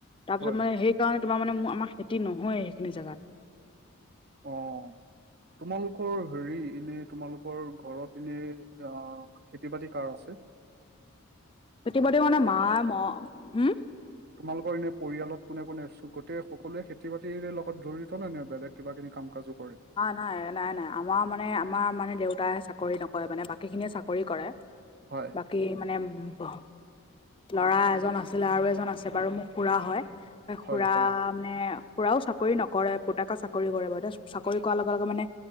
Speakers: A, on the left; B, on the right.
A: তাৰপিছত
B: হয়
A: মানে সেই সেই কাৰণে তোমাৰ মানে আমাৰ খেতি নহয় সেইখিনি জেগাত।
B: অ। তোমালোকৰ হেৰি এনে তোমালোকৰ ঘৰত এনে অ খেতি-বাতি কাৰ আছে?
A: তেতিবাদও মানে মা ম হুম!
B: তোমালোকৰ এনেই পৰিয়ালত কোনে কোনে আছো গোটেই সকলোৱে খেতি - বাতিৰে লগত জড়িত নে বেলেগ কিবাকিনি কাম-কাজো কৰে?
A: নাই নাই নাই নাই আমাৰ মানে আমাৰ মানে দেউতাই চাকৰি নকৰে মানে বাকীখিনিয়ে চাকৰি কৰে। <inaudible>
B: হয়।
A: বাকী মানে ভ ল'ৰা এজন আছিলে আৰু এজন আছে বাৰু মোৰ খুৰা হয়। সে খুৰা
B: হয় হয়
A: মানে খুৰাও চাকৰি নকৰে পুতেক চাকৰি কৰে বাৰু এতিয়া চু চাকৰি কৰাৰ লগে লগে মানে